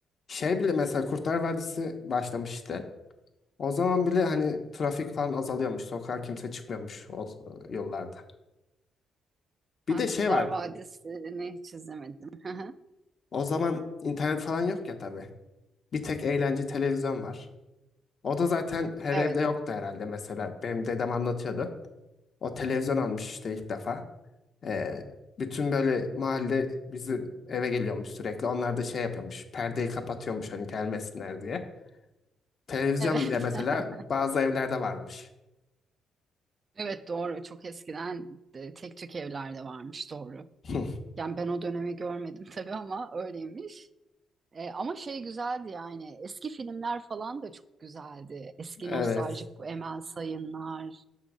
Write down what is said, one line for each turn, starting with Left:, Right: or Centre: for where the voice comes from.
Left: Şey bile mesela Kurtlar Vadisi başlamıştı. O zaman bile hani trafik falan azalıyormuş. Sokağa kimse çıkmıyormuş o e, yollarda. Bir
Right: Ben
Left: de
Right: Kurtlar
Left: şey vardı.
Right: Vadisi'ni hiç izlemedim. <laughs>
Left: O zaman internet falan yok ya tabii. Bir tek eğlence televizyon var. O da zaten her
Right: Evet.
Left: evde yoktu herhalde mesela. Benim dedem anlatıyordu. O televizyon almış işte ilk defa. Ee, bütün böyle mahalle bizim eve geliyormuş sürekli. Onlar da şey yapıyormuş. Perdeyi kapatıyormuş hani gelmesinler diye. Televizyon
Right: Evet.
Left: bile mesela
Right: <laughs>
Left: bazı evlerde varmış.
Right: Evet doğru. Çok eskiden de tek tük evlerde varmış doğru.
Left: <laughs>
Right: Yani ben o dönemi görmedim tabii ama öyleymiş. E, ama şey güzeldi yani eski filmler falan da çok güzeldi. Eski
Left: Evet.
Right: nostaljik bu Emel Sayınlar,